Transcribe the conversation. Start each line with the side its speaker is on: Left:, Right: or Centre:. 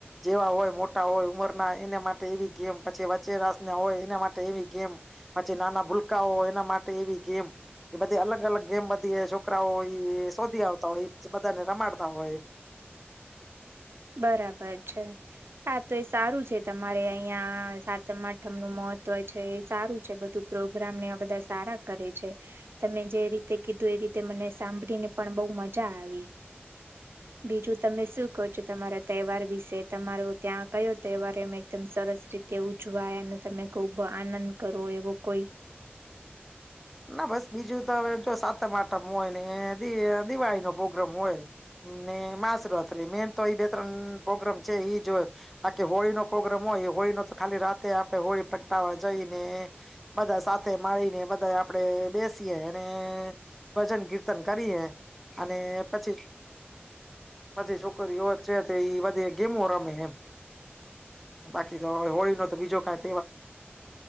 Centre: જેવા હોય મોટા હોય ઉમર ના એના માટે એવી ગેમ પછી વચે રાસ ને હોય એના માટે એવી ગેમ પછી નાના ભૂલકાઓ એના માટે એવી ગેમ કે બધી અલગ અલગ ગેમ બધી છોકરાઓ એ શોધી આવતા હોય બધાને રમાડતા હોય
Right: બરાબર છે હા તો એ સારું છે તમારે અહં સાતમ આઠમનુંું મહત્વ છે એ સારું છે બધું પ્રોગ્રામને બધા સારા કરે છે તમે જે રીતે કીધું એ રીતે મને સાંભળીને પણ બહુ મજા આવી બીજું તમે શું કો તમારા તહેવાર વિશે તમારો ત્યાં કયો તહેવાર એ એકદમ સરસ રીતે ઉજવાય અને તમે ખૂબ આનંદ કરો એવો કોઈ
Centre: ના બસ બીજું તો હવે સાતમ આટમ હોય ને દિવાળી નો પ્રોગ્રામ હોય માસ રાત્રી મેન તો એ બે ત્રણ પ્રોગ્રામ છે એઈ જ હોય બાકી હોળી નો પ્રોગ્રામ હોય હોળી નો તો ખાલી રાતે આપે હોળી પ્રગટાવા જઈ ને બધા સાત માળી ને- આપે બેસીએ અને ભજન કીર્તન કરીએ અને પછી પછી છોકરી છે એ બધે ગેમો રમે એમ બાકી હોળી નો તો બીજો કાક